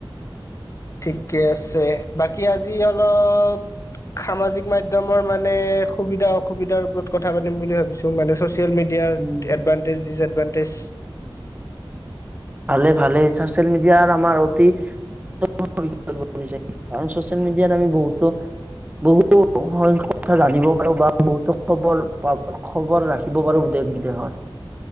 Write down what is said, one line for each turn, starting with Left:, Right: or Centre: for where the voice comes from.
Left: ঠিকে আছে বাকী আজি অলপ সামাজিক মাধ্যমৰ মানে সুবিধা অসুবিধাৰ ওপৰত কথা পাতিম বুলি ভাবিছো মানে। ছ'চিয়েল মিডিয়াৰ
Right: উম
Left: এডভানটেজ ডিচএডভানটেজ
Right: ভালে ভালে চচিয়েল মিডিয়াৰ আৰ আমাৰ অতি <unintelligible> কাৰ চচিয়েল মিডিয়াত আমি বহুতো বহুত কথা জানিব পাৰো বা বহুতো খবৰ প খবৰ ৰাখিব পাৰো দেশ বিদেশত <unintelligible> <unintelligible>